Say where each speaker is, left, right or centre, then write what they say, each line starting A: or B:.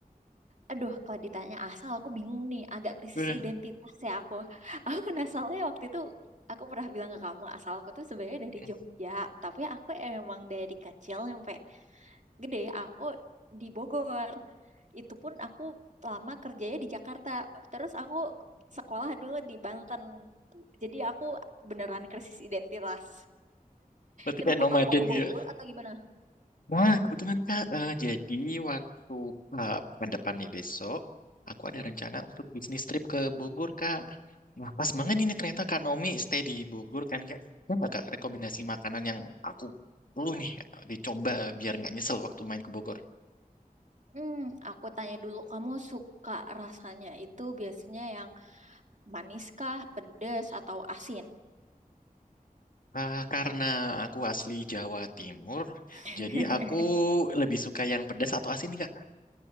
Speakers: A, on the right (about 55°); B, on the left (about 65°).
A: Aduh, kalau ditanya asal aku bingung nih, agak krisis
B: Udah.
A: identitas ya aku. Aku kan asalnya waktu itu aku pernah bilang ke kamu asal aku tuh sebenarnya dari
B: Hmm.
A: Jogja, tapi aku emang dari kecil sampai gede aku di Bogor. Itu pun aku lama kerjanya di Jakarta, terus aku sekolah dulu di Banten. Jadi aku beneran krisis identitas.
B: Berarti
A: Kenapa
B: kayak nomaden
A: kamu ke Bogor
B: gitu.
A: atau gimana?
B: Wah, kebetulan Kak. Eh, jadi waktu eh, pekan depan nih besok, aku ada rencana untuk bisnis trip ke Bogor Kak. Nah, pas banget
A: Mm-mm.
B: ini ternyata Kak Nomi stay di Bogor kan Kak. Ada nggak Kak rekomendasi makanan yang aku perlu nih eh, dicoba biar nggak nyesel waktu main ke Bogor?
A: Hmm, aku tanya dulu, kamu suka rasanya itu biasanya yang Maniskah, pedas, atau asin?
B: Ah, karena aku asli Jawa Timur,
A: <laughs>
B: jadi aku lebih suka yang pedas atau asin nih Kak.